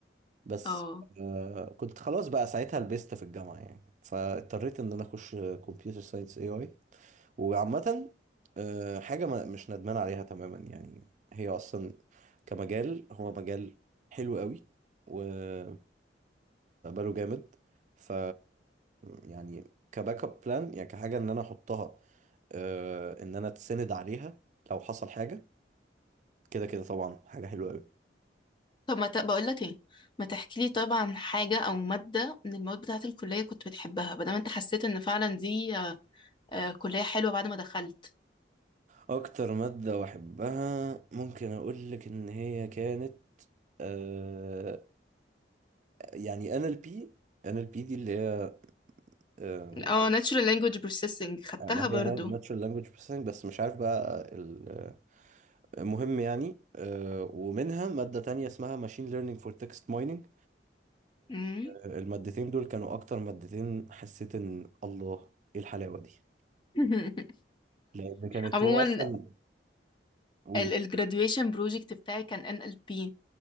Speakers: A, on the right (about 40°); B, on the left (about 25°).
A: بس
B: اه
A: آه، كنت خلاص بقى ساعتها لبست في الجامعة يعني فاضطريت ان انا اخش كمبيوتر ساينس اي اي وعامة آه، حاجة ما مش ندمان عليها تماما يعني هي أصلا كمجال هو مجال حلو قوي ومستقبله جامد ف يعني كباك اب بلان يعني كحاجة إن أنا أحطها آه، إن أنا أتسند عليها لو حصل حاجة كده كده طبعا حاجة حلوة قوي
B: طب ما ت... بقول لك ايه ما تحكي لي طبعا عن حاجة او مادة من المواد بتاعة الكلية كنت بتحبها بدل ما انت حسيت ان فعلا دي آه، كلية حلوة بعد ما دخلت
A: أكتر مادة بحبها ممكن أقول لك إن هي كانت آه، يعني NLP NLP دي اللي هي
B: اه Natural Language Processing خدتها
A: آه، ما
B: برضو
A: هي ناتشورال لانجويج بروسيسنج بس مش عارف بقى ال- آه، مهم يعني آه، ومنها مادة تانية اسمها ماشين ليرنينج فور تكست مايننج
B: مم.
A: المادتين دول كانوا أكتر مادتين حسيت إن الله إيه الحلاوة دي
B: <laughs>
A: لأن كانت
B: عموما
A: هو أصلا قولي
B: ال ال graduation project بتاعي كان NLP